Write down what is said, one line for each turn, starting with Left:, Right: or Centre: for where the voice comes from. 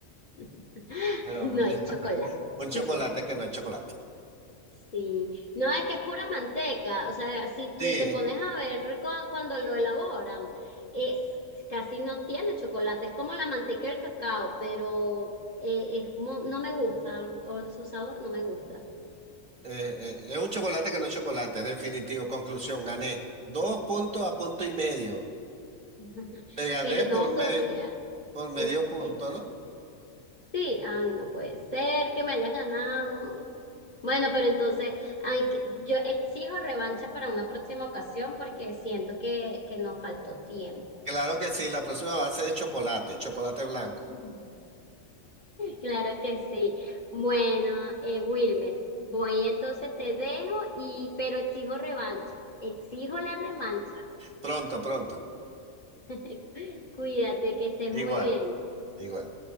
Left: <laughs>
Right: Pero
Left: No
Right: bueno,
Left: es chocolate.
Right: <laughs> un chocolate
Left: <laughs>
Right: que no es chocolate.
Left: Sí, no, es que es pura manteca, o sea, si, si
Right: Sí.
Left: te pones a ver cu- cuando lo elaboran, es casi no tiene chocolate, es como la manteca del cacao, pero eh, es, mu- no me gusta, o su sabor no me gusta.
Right: eh, eh, es un chocolate que no es chocolate, definitivo. Conclusión, gané. Dos puntos a punto y medio.
Left: <laughs>
Right: Te gané
Left: Pero no
Right: por
Left: todavía,
Right: medio, por medio
Left: o-
Right: punto,
Left: eh,
Right: ¿no?
Left: sí, ay, no puede ser que me hayas ganado. Bueno, pero entonces ay, que- yo exijo revancha para una próxima ocasión porque siento que, que nos faltó tiempo.
Right: Claro que sí, la próxima va a ser de chocolate, chocolate blanco.
Left: <laughs> Claro que sí. Bueno, eh, Wilmer, voy entonces te dejo y pero exijo revancha. Exijo la revancha.
Right: Pronto, pronto.
Left: <laughs> Cuídate, que estés
Right: Igual,
Left: muy bien.
Right: igual.